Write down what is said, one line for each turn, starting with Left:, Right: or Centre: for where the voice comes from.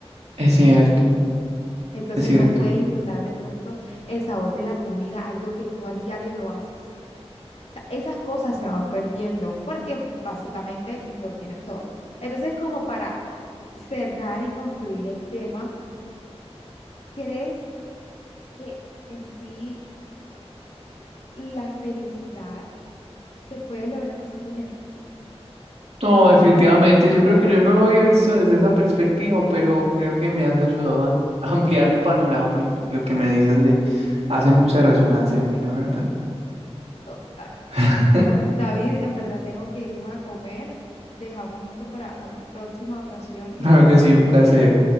Right: Es cierto,
Left: Entonces
Right: es cierto.
Left: no puede disfrutar de pronto el sabor de la comida, algo que tú a diario lo haces. O sea, esas cosas se van perdiendo porque básicamente lo tienes todo. Entonces, como para cerrar y concluir el tema, ¿crees que en sí la felicidad se puede lograr sin dinero.
Right: No, definitivamente, yo creo que yo no lo había visto desde esa perspectiva, pero creo que me has ayudado a <laughs> a ampliar el panorama y lo que me dices le hace mucha resonancia a mí, la verdad.
Left: Total.
Right: <laughs>
Left: Bueno, David, en verdad tengo que irme a comer. Dejamos esto para una próxima ocasión
Right: Claro
Left: y que estés
Right: que sí, un placer.
Left: bien.